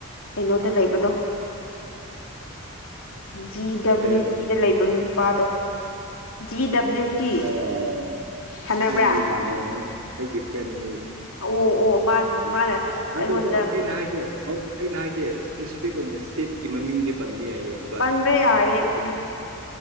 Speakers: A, on the left (about 70°); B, on the right (about 70°).
A: ꯀꯩꯅꯣꯗ ꯂꯩꯕꯗꯣ ꯖꯤ ꯗꯕ꯭ꯂꯤꯎ
B: ꯍꯥꯏꯌꯣꯅꯦ
A: ꯇꯤꯗ
B: ꯍꯥꯏꯌꯣꯅꯦ
A: ꯂꯩꯕ ꯅꯨꯄꯥꯗꯣ ꯖꯤ ꯗꯕ꯭ꯂꯤꯎ ꯇꯤ
B: ꯑꯣ
A: ꯁꯥꯟꯅꯕ꯭ꯔꯥ
B: ꯑꯩꯒꯤ ꯏꯃꯥꯟꯅꯕꯅꯤ ꯑꯩꯒꯤ ꯐ꯭ꯔꯦꯟꯅꯦ
A: ꯑꯣ ꯑꯣ ꯃꯥꯟ ꯃꯥꯅ ꯑꯩꯉꯣꯟꯗ
B: ꯑꯗꯨꯒ ꯑꯩꯅ ꯍꯥꯏꯒꯦ ꯑꯩꯅ ꯍꯥꯏꯒꯦ ꯁ꯭ꯄꯦꯁꯤꯐꯤꯛ ꯑꯣꯏꯅ ꯁ꯭ꯇꯦꯠꯀꯤ ꯃꯃꯤꯡꯗꯤ ꯄꯟꯕ ꯌꯥꯏꯌꯦ ꯕꯠ
A: ꯄꯟꯕ ꯌꯥꯏꯌꯦ ꯎꯝ